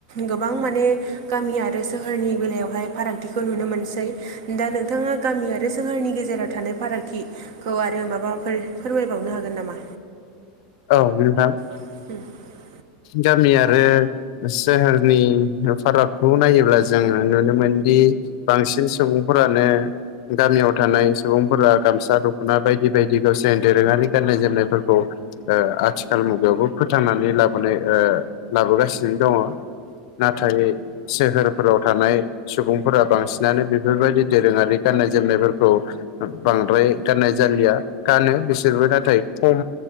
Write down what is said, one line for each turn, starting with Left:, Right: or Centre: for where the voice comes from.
Right: गोबां माने गामि आरो सोहोरनि बेलायावहाय फारागथिखौ नुनो मोनसै। दा नोंथाङा गामि आरो सोहोरनि गेजेराव थानाय फारागथिखौ आरो माबाफोर। फोरमायबावनो हागोन नामा?
Left: औ नोंथां
Right: <inaudible>
Left: गामि आरो सोहोरनि फारागखौ नायोब्ला जोंङो नुनो मोनदि बांसिन सुबुंफोरानो गामियाव थानाय सुबुंफोरा गामसा दख'ना बायदि बायदि गावसोर दोरोंङारि गाननाय जोमनायफोरखौ ओ आथिखाल मुगायावबो फोथांनानै लाब माने ओ लाबोगासिनो दंङ' नाथाय सोहोर फोराव थानाय सुबुंफोरा बांसिनानो बेफोरबायदि दोरोंङारि गाननाय जोमनायफोरखौ <unintelligible> बांद्राय गाननाय जालिया, गानो बिसोरबो नाथाय खम